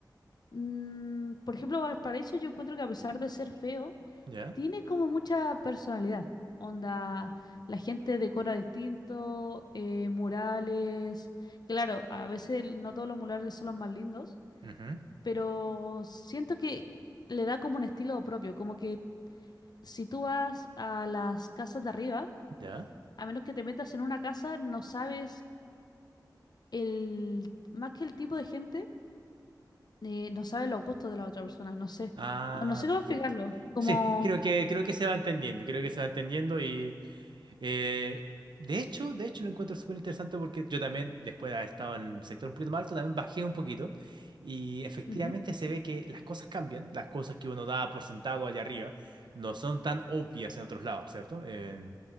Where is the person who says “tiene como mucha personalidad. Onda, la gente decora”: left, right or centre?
Left